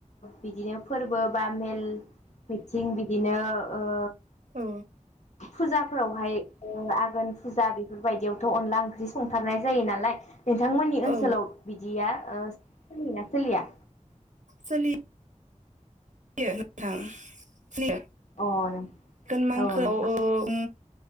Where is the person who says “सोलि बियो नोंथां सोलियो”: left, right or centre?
Right